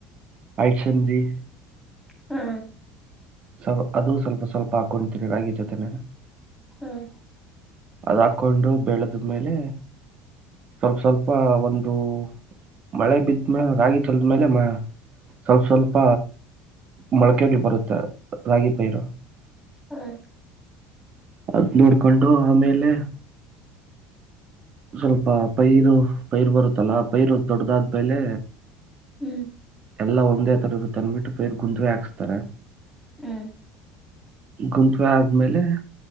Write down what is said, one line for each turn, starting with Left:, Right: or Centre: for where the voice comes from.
Right: ಆಯಕ್ ಸಂಧಿ
Centre: ಹ್ಮ
Right: ಸ್ಲ್ ಅದುೂ ಸ್ವಲ್ಪ ಸ್ವಲ್ಪ ಪ ಕುಂತಿನ ಆಗೇ ಜೊತೆ ನ
Centre: ಹ್ಮ್
Right: ಅದು ಹಾಕೊಂಡು ಬೆಳೆದ್ಮೇಲೆ ಸ್ವಲ್ಪ ಸ್ವಲ್ಪ ಒಂದು ಮಳೆ ಬಿದ್ಮೇ ರಾಗಿ ಲ್ದ ಮೇಲೆ ಮಳ ಸ್ವಲ್ಪ ಸ್ವಲ್ಪ ಮೊಳಕಿ ಬರುತ್ತೆ ರಾಗಿ ಪೈರ
Centre: ಹ್ಮ್
Right: ಅದ್ ನೋಡ್ಕೊಂಡು ಆಮೇಲೆ ಸ್ವಲ್ಪ ಪೈರು ಪೈರು ಬರುತ್ತೆ ಚಲಾ ಪೈರು ದೊಡ್ಡದಾದ ಪೈಲೆ
Centre: ಹ್ಮ್
Right: ಎಲ್ಲ ಒಂದೇ ತರರು ತಂದ್ಬಿಟ್ಟು ಪೇರ್ ಗುತ್್ೆ ಹಾಕ್ಸ್ತಾರೆ
Centre: ಹ್ಮ್
Right: ಗುಂತುವೆ ಆದ್ಮೇಲೆ